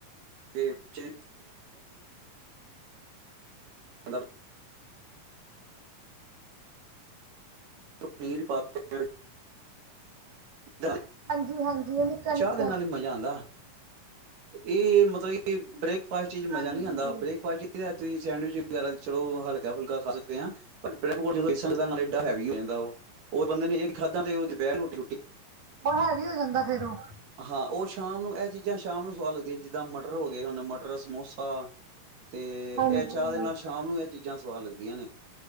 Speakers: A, on the right (about 70°); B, on the right (about 35°).
A: ਦੇਵ ਚੇਨ? <unintelligible> ਥੋੜ੍ਹਾ ਤੋ ਪਨੀਰ ਪਾ <unintelligible> ਚਾਏ,
B: ਹਾਂਜੀ, ਹਾਂਜੀ ਉਹ ਨਿੱਕਾ,
A: ਚਾਅ
B: ਨਿੱਕਾ
A: ਦੇ ਨਾਲ ਈ ਮਜ਼ਾ ਆਉਂਦਾ। ਏਅ ਮਤਲਬ ਕਿ ਬ੍ਰੇਕਫਾਸਟ ਚੀ
B: ਹਾਂਜੀ
A: ਮਜ਼ਾ ਨੀ ਆਂਦਾ। ਬ੍ਰੇਕਫਾਸਟ ਚ ਤੁਸੀਂ ਸੈਂਡਵਿਚ ਵਗੈਰਾ ਚਲੋ ਹਲਕਾ-ਫੁਲਕਾ ਖਾ ਸਕਦੇ ਆਂ, ਪਰ <unintelligible> ਡਾ ਹੈਵੀ ਹੋ ਜਾਂਦਾ ਓਹ। ਔਰ ਬੰਦੇ ਨੇ ਏਕ ਈ ਖਾਦਾਂ ਤੇ ਔ ਦੁਪੈਰ ਰੋੱਟੀ-ਰੂਟੀ
B: ਆ ਹੈਵੀ ਹੋ ਜਾਂਦਾ ਫੇਰ ਓਹ।
A: ਹਾਂ, ਓਹ ਸ਼ਾਮ ਨੂੰ ਐ ਚੀਜ਼ਾਂ ਸ਼ਾਮ ਨੂੰ ਸਵਾਦ ਲੱਗਦੀਐਂ, ਜਿੱਦਾਂ ਮਟਰ ਹੋ ਗਏ, ਹੁਣ ਮਟਰ ਸਮੋਸਾ ਤੇ
B: ਹਾਂਜੀ
A: ਐਹ ਚਾਹ ਦੇ ਨਾਲ ਸ਼ਾਮ ਨੂੰ ਐਹ ਚੀਜ਼ਾਂ ਸਵਾਦ ਲੱਗਦੀਆਂ ਨੇ।